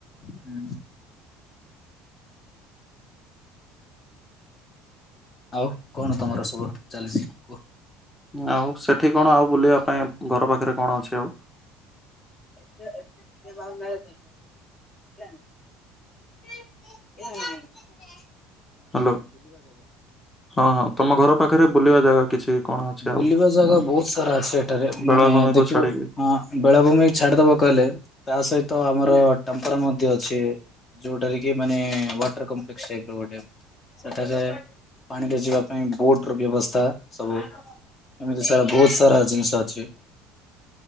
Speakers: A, on the left (about 35°); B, on the left (about 15°).
A: ହୁଁ। ଆଉ କଣ ତମର ସବୁ ଚାଲିଛି କୁହ?
B: ଆଉ ସେଠି କଣ ଆଉ ବୁଲିବା ପାଇଁ ଘର ପାଖରେ କଣ ଅଛି ଆଉ?
A: <unintelligible> ହୁଁ <unintelligible>
B: ହ୍ୟାଲୋ ହଁ ହଁ ତମ ଘର ପାଖରେ ବୁଲିବା ଜାଗା କିଛି? କଣ ଅଛି
A: ବୁଲିବା
B: ଆଉ?
A: ଜାଗା
B: ମାନେ
A: ବହୁତ ସାରା ଅଛି ଏଠାରେ
B: ବେଳାଭୂମିକୁ
A: ମାନେ ଦେଖିବ
B: ଛାଡିକି
A: ବେଳାଭୂମି ଛାଡିଦବ କ ତା ସହିତ ଆମର ଟେମ୍ପରା ମଧ୍ୟ ଅଛି ଯୋଉଟାରେ କି ମାନେ ୱାଟର କପଲେକ୍ସ ଟାଇପ୍ ର ଗୋଟେ ସେଠାରେ ପାଣିରେ ଯିବା ପାଇଁ ବୋଟ ର ବ୍ୟବସ୍ଥା ସବୁ ଏମିତି ସାରା ବହୁତ ସାରା ଜିନିଷ ଅଛି।